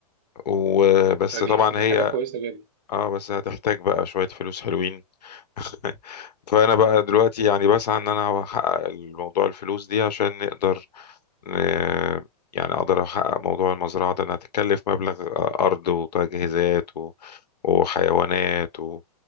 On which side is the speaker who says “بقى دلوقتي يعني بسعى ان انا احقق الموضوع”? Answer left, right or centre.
Left